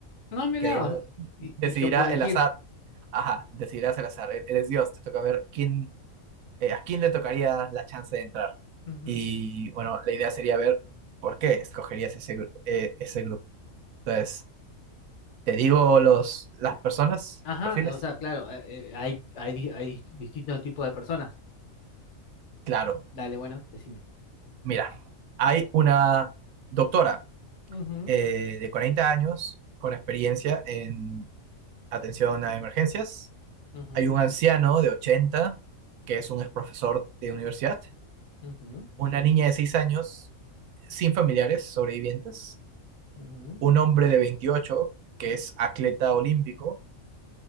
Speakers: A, on the left; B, on the right.
A: No, mira,
B: que, digamos,
A: o sea, y,
B: decidirá
A: y yo puedo
B: el
A: elegir.
B: azar Ajá, decidirás al azar. e- Eres Dios, te toca ver quién, eh, a quién le tocaría la chance de entrar.
A: Ujú.
B: Y bueno, la idea sería ver por qué escogerías ese, gru- eh, ese grupo. Entonces, ¿te digo los, las personas,
A: Ajá,
B: los perfiles?
A: o sea, claro, eh, eh, hay, hay, di- hay dis- distintos tipos de personas.
B: Claro,
A: Dale, bueno, decime.
B: mira, hay una doctora
A: Ujú,
B: eh, de 40 años con experiencia en atención a emergencias.
A: ujú,
B: Hay un anciano de 80 que es un ex profesor de universidad.
A: ujú,
B: Una niña de 6 años sin familiares sobrevivientes,
A: ujú,
B: un hombre de 28 que es atleta olímpico,